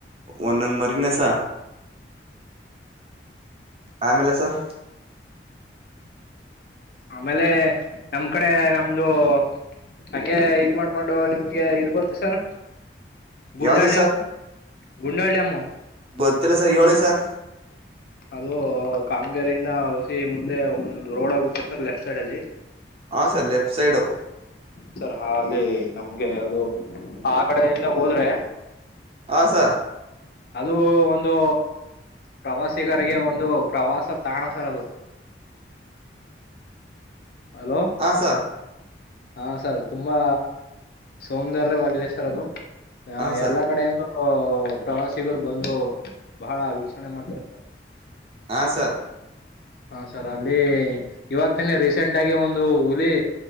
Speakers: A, on the right; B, on the left.
A: ಒಂದೊಂದ ಮರಿನೆ ಸ ಆಮೇಲೆ ಸ
B: ಆಮೇಲೆ ನಮ್ ಕಡೆ ನಮ್ದು. ಹಂಗೆ ಇದ ಮಾಡ್ಕೊಂಡು ನಿಮ್ಗೆ ಇದು ಗೊತ್ತು ಸರ್. ಗುಂಡ್ಯಾಲ್ಯಂ
A: ಯಾವ್ದು ಸರ್
B: ಗುಂಡ್ಯಾಲ್ಯಂ ಮೂ.
A: ಗೊತ್ತಿಲ್ಲ ಸರ್ ಹ್ಯೋಳಿ ಸರ್.
B: ಅದು ಕಾಮಗೆರೆಯಿಂದ ಹೊಸಿ ಮುಂದೆ ಒಂದ ರೋಡ್ ಹೊಗುತ್ತೆ ಸರ್ ಲೆಫ್ಟ್ ಸೈಡ್ ಅಲ್ಲಿ.
A: ಹಾ ಸರ್ ಲೆಫ್ಟ್ ಸೈಡು.
B: ಸರ್ ಹ ಅಲ್ಲಿ ನಮ್ಗೆ ಅದು ಆ ಕಡೆಯಿಂದ ಹೋದ್ರೆ.
A: ಹ ಸರ್
B: ಅದು ಒಂದು ಪ್ರವಾಸಿಗರಿಗೆ ಒಂದು ಪ್ರವಾಸ ತಾಣ ಸರ್ ಅದು.
A: <inaudible>
B: ಹಲೋ
A: ಹ ಸರ್
B: ಹಾ ಸರ್ ತುಂಬಾ ಸೌಂದರ್ಯವಾಗಿದೆ ಸರ್ ಅದು. ಹ
A: ಹಾಂ ಸರ್
B: ಎಲ್ಲಾ ಕಡೆಯಿಂದನು ಪ್ರವಾಸಿಗರು ಬಂದು. ಭಾಳ ವೀಕ್ಷಣೆ ಮಾಡ್ತಾರೆ
A: ಹ ಸರ್
B: ಹಾ ಸರ್ ಅಲ್ಲಿ ಇವಾಗ್ತನೆ ರೀಸೆಂಟ್ ಆಗಿ ಒಂದು ಹುಲಿ